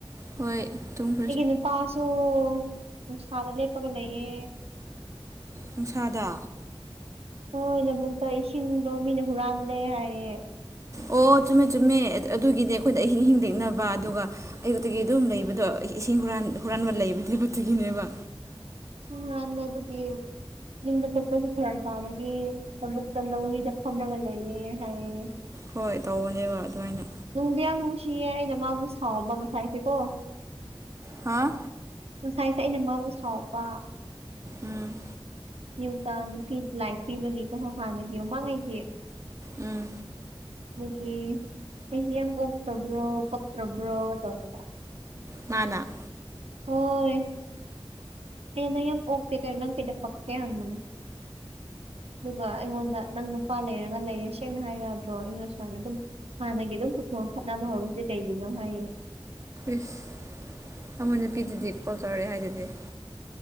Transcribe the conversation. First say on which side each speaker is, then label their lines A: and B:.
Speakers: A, on the right; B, on the right.
A: ꯍꯣꯏ ꯇꯨꯝ
B: ꯑꯩꯒꯤ ꯅꯨꯄꯥꯁꯨ ꯅꯨꯡꯁꯥꯗ ꯂꯦꯞꯄꯒ ꯂꯩꯌꯦ꯫
A: ꯅꯨꯡꯁꯥꯗ
B: ꯍꯣꯏ ꯂꯕꯨꯛꯇ ꯏꯁꯤꯡꯗꯣ ꯃꯤꯅ ꯍꯨꯔꯥꯜꯂꯦ ꯍꯥꯏꯌꯦ꯫
A: ꯑꯣ ꯆꯨꯝꯃꯦ - ꯆꯨꯝꯃꯦ ꯑꯗꯨꯒꯤꯅꯦ ꯑꯩꯈꯣꯏꯗ ꯑꯍꯤꯡ ꯍꯤꯡ ꯂꯦꯛꯅꯕ ꯑꯗꯨꯒ ꯑꯌꯨꯛꯇꯒꯤ ꯑꯗꯨꯝ ꯂꯩꯕꯗꯣ ꯏꯁꯤꯡ ꯍꯨꯔꯥꯟ ꯍꯨꯔꯥꯟꯕ ꯂꯩꯕꯅꯦꯕ ꯗꯨꯒꯤꯅꯦꯕ꯫
B: <unintelligible> ꯑꯗꯨꯒꯤ ꯌꯨꯝꯗ ꯆꯠꯄꯁꯨ ꯐꯔꯛ ꯇꯥꯕꯒꯤ ꯂꯕꯨꯛꯇ ꯂꯧꯔꯤꯗ ꯐꯝꯃꯒ ꯂꯩꯌꯦ ꯍꯥꯏꯌꯦ꯫
A: ꯍꯣꯏ ꯇꯧꯕꯅꯦꯕ ꯑꯗꯨꯃꯥꯏꯅ
B: ꯅꯨꯡꯗꯤ ꯌꯥꯝ ꯅꯨꯡꯁꯤꯌꯦ ꯑꯩꯅ ꯃꯥꯕꯨ ꯉꯁꯥꯏꯁꯦ ꯀꯣ꯫
A: ꯍꯥꯥ
B: ꯉꯁꯥꯏꯁꯦ ꯑꯩꯅ ꯃꯥꯕꯨ ꯁꯥꯎꯕ
A: ꯎꯝ
B: ꯌꯨꯛꯇ ꯅꯨꯄꯤ ꯂꯥꯏꯛ ꯄꯤꯕꯒꯤꯀꯣ ꯍꯥꯟꯅꯒꯤ ꯃꯃꯥꯡꯉꯩꯒꯤ꯫
A: ꯎꯝ
B: <unintelligible> ꯑꯩꯖꯤ ꯌꯥꯝ ꯑꯣꯛꯇ꯭ꯔꯕ꯭ꯔꯣ ꯄꯛꯇ꯭ꯔꯕ꯭ꯔꯣ ꯇꯧꯔꯒ꯫
A: ꯃꯥꯅꯥ
B: ꯍꯣꯏ ꯑꯦ ꯅꯪ ꯌꯥꯝ ꯑꯣꯀꯦ ꯀꯩꯅꯣ ꯅꯪ ꯀꯩ <unintelligible> <unintelligible> ꯑꯗꯨꯒ ꯑꯩꯉꯣꯟꯗ ꯅꯪ ꯅꯨꯄꯥ ꯂꯩꯔꯒ ꯂꯩꯔꯦ ꯁꯦꯡꯅ ꯍꯥꯏꯌꯨ ꯌꯗ꯭ꯔꯣ <unintelligible> ꯑꯗꯨꯝ ꯍꯥꯟꯅꯒꯤ ꯑꯗꯨꯝ ꯄꯨꯊꯣꯛ ꯈꯠꯅꯕ ꯍꯧꯔꯤꯁꯦ ꯀꯩꯒꯤꯅꯣ ꯍꯥꯏꯌꯦ
A: ꯢꯁ ꯑꯃ ꯅꯨꯄꯤꯗꯨꯗꯤ <unintelligible> ꯇꯧꯔꯛꯑꯦ ꯍꯥꯏꯗꯨꯗꯤ